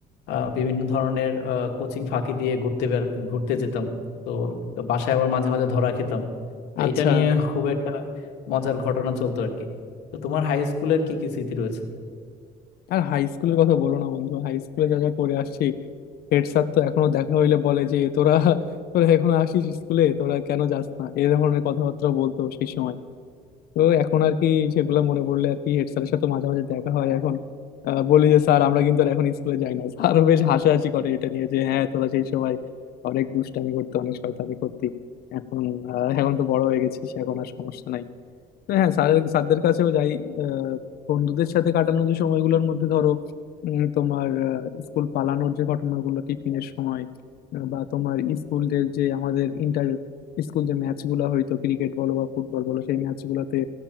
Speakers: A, on the left (about 85°); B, on the left (about 65°).
A: আহ, বিভিন্ন ধরনের কোচিং ফাঁকি দিয়ে ঘুরতে বের- ঘুরতে যেতাম তো বাসায় আবার মাঝে মাঝে ধরা খেতাম তো
B: আচ্ছা
A: এটা নিয়ে খুব একটা মজার ঘটনা চলতো আর কি তো তোমার হাই স্কুলের কি কি স্মৃতি রয়েছে
B: আর হাই স্কুলের কথা বলো না বন্ধু হাই স্কুলে যা যা করে আসছি হেড স্যার তো এখনো দেখা হইলে বলে যে তোরা তোরা এখনো আসিস স্কুলে তোরা কেন যাস না এই ধরনের কথাবার্তা বলতো সেই সময় তো এখন আর কি সেগুলো মনে পড়লে আর কি হেড স্যারের সাথে মাঝে মাঝে দেখা হয় এখন আহ, বলি যে স্যার আমরা কিন্তু আর এখন স্কুলে যাই না স্যারও বেশ হাসাহাসি করে এটা নিয়ে যে হ্যাঁ তোরা সেই সময় অনেক দুষ্টামি করতে অনেক শয়তানি করতি এখন আহ, এখন তো বড় হয়ে গেছিস এখন আর সমস্যা নাই হ্যাঁ স্যারের স্যারদের কাছেও যাই আহ, বন্ধুদের সাথে কাটানো যে সময়গুলোর মধ্যে ধরো উম, তোমার আহ, স্কুল পালানোর যে ঘটনাগুলো টিফিনের সময় আহ, বা তোমার স্কুলের যে আমাদের ইন্টার স্কুল যে ম্যাচ গুলা হইতো ক্রিকেট বলো বা ফুটবল বলো সেই ম্যাচ গুলাতে